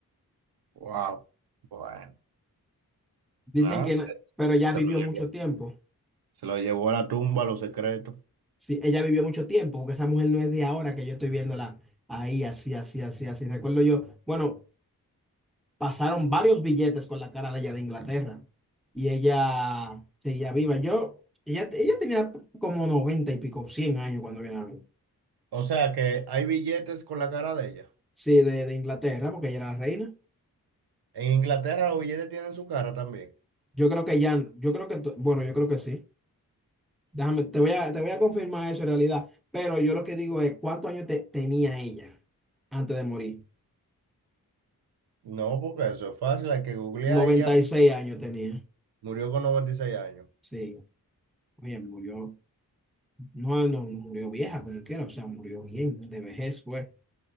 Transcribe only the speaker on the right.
Wow, bueno,
nada,
se,
se
lo llevó,
se lo llevó a la tumba, los secretos.
O sea que hay billetes con la cara de ella.
En Inglaterra los billetes tienen su cara también.
No, porque eso es fácil, hay que googlear
y ya.
Murió con 96 años.